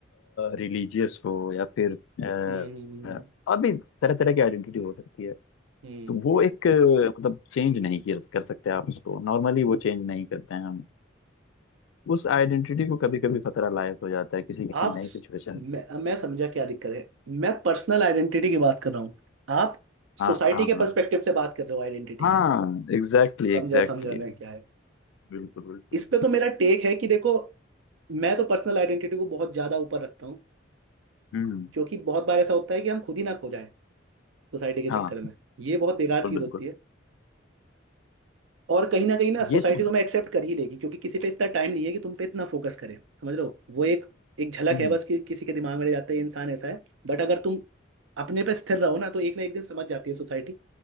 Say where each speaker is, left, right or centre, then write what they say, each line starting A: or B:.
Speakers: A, on the left (about 85°); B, on the right (about 85°).
A: रिलीजियस हो या फिर अ,
B: हम्म, हम्म,
A: अभी तरह तरह की आइडेंटिटी हो सकती है
B: हम्म,
A: तो वो एक अ, मतलब चेंज नहीं किया कर सकते आप उसको नॉर्मली वो चेंज नहीं करते हैं हम उस आइडेंटिटी को कभी कभी खतरा लायक हो जाता है किसी किसी
B: आप
A: नई
B: स-
A: सिचुएशन
B: मैं, मैं समझा क्या दिक्कत है मैं पर्सनल आइडेंटिटी की बात कर रहा हूँ आप
A: हाँ
B: सोसाइटी
A: हाँ
B: के पर्सपेक्टिव से बात कर रहे हो आइडेंटिटी
A: हाँ
B: की
A: एग्जैक्टली
B: समझा
A: एग्जैक्टली
B: समझा मैं क्या है
A: बिल्कुल बिल्कुल
B: इस पे तो मेरा टेक है कि देखो मैं तो पर्सनल आइडेंटिटी को बहुत ज्यादा ऊपर रखता हूँ
A: हम्म
B: क्योंकि बहुत बार ऐसा होता है कि हम खुद ही ना खो जाएं सोसाइटी के
A: हाँ
B: चक्कर में ये बहुत
A: बिल्कुल
B: बेकार चीज
A: बिल्कुल
B: होती है और कहीं ना कहीं ना सोसाइटी
A: ये तो
B: तुम्हें एक्सेप्ट कर ही लेगी क्योंकि किसी पे इतना टाइम नहीं है कि तुम पे इतना फोकस करे समझ रहे हो वो एक एक झलक
A: हम्म,
B: है बस कि किसी के दिमाग में रह जाते हैं इंसान ऐसा है बट अगर तुम अपने पे स्थिर रहो ना तो एक ना एक दिन समझ जाती है सोसाइटी